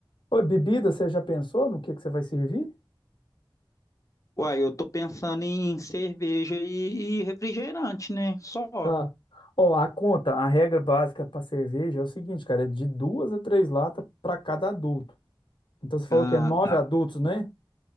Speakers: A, on the left (about 65°); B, on the left (about 40°).
A: Oi, bebida, você já pensou no que, que você vai servir?
B: Uai, eu tô pensando em cerveja e, e refrigerante, né? Só.
A: Tá. Ó, a conta, a regra básica para cerveja é o seguinte, cara, é de duas a três latas para cada adulto. Então você falou
B: Ah,
A: que é nove
B: tá.
A: adultos, né?